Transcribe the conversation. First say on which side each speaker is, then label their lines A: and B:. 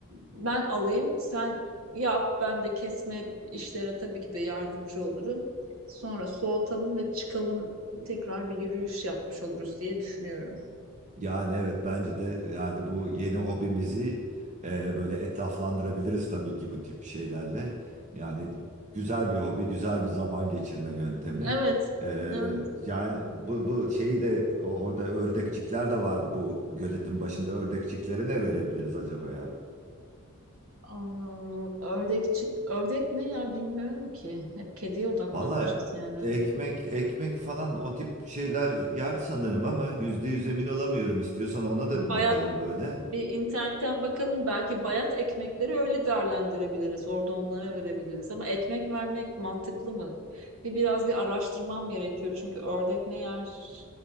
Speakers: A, on the right; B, on the right.
A: ben alayım, sen yap. Ben de kesme işlerine tabii ki de yardımcı olurum. Sonra soğutalım ve çıkalım tekrar bir yürüyüş yapmış oluruz diye düşünüyorum.
B: Yani evet bence de yani bu yeni hobimizi e, böyle etraflandırabiliriz tabii ki bu tip şeylerle. Yani güzel bir hobi, güzel bir zaman geçirme yöntemi.
A: Evet,
B: E,
A: evet.
B: yani bu, bu şeyi de o- orada ördekçikler de vardı bu göletin başında ördekçiklere ne verebiliriz acaba ya?
A: Aa, ördek çık. Ördek ne ya bilmiyorum ki. Hep kediye odaklanmışız
B: Valla
A: yani.
B: ekmek ekmek falan o tip şeyler yer sanırım ama yüzde yüz emin olamıyorum. İstiyorsan ona da
A: Bayat
B: bir bakalım böyle.
A: bir internetten bakalım belki bayat ekmekleri öyle değerlendirebiliriz. Orada onlara verebiliriz ama ekmek vermek mantıklı mı? Bir biraz bir araştırmam gerekiyor çünkü ördek ne yer?